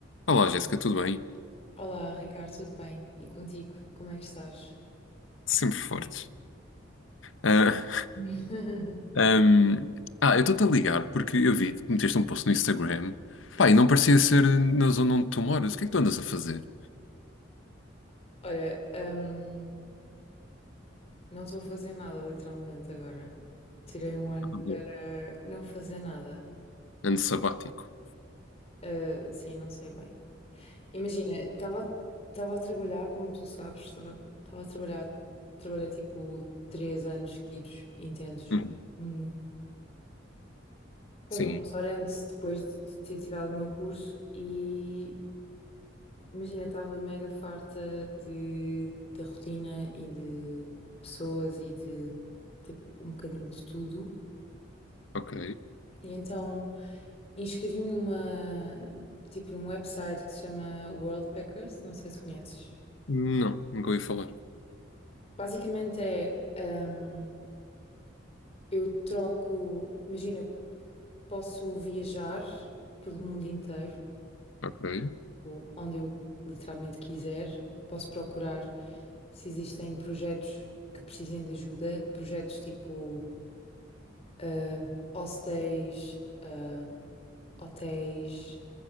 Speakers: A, on the left; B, on the left.
A: Olá, Jéssica, tudo bem?
B: Olá, Ricardo, tudo bem? E contigo, como é que estás?
A: Sempre fortes. Ah,
B: <laughs>
A: ahm, ah, eu estou-te a ligar porque eu vi que meteste um post no Instagram. Pá, e não parecia ser na zona onde tu moras. O que é que tu andas a fazer?
B: Olha, hum, não estou a fazer nada literalmente agora. Tirei um ano
A: Ah, boa.
B: para não fazer nada.
A: Ano sabático.
B: Ah, sim, não sei bem. Imagina, estava estava a trabalhar, como tu sabes, estava estava a trabalhar, trabalhei tipo três anos seguidos, intensos.
A: Uhum.
B: Hum. Pronto,
A: Sim,
B: num restaurante, depois de ter tirado o meu curso, e Imagina, estava mega farta de, da rotina e de pessoas e de tipo um bocadinho de tudo.
A: ok.
B: E então inscrevi-me numa tipo num website que se chama World Packers, não sei se conheces.
A: Não, nunca ouvi falar.
B: Basicamente é hum, eu troco, imagina, posso viajar pelo mundo inteiro
A: Ok,
B: tipo, onde eu literalmente quiser. Posso procurar se existem projetos que precisem de ajuda, projetos tipo ah, hostéis, ah, hotéis,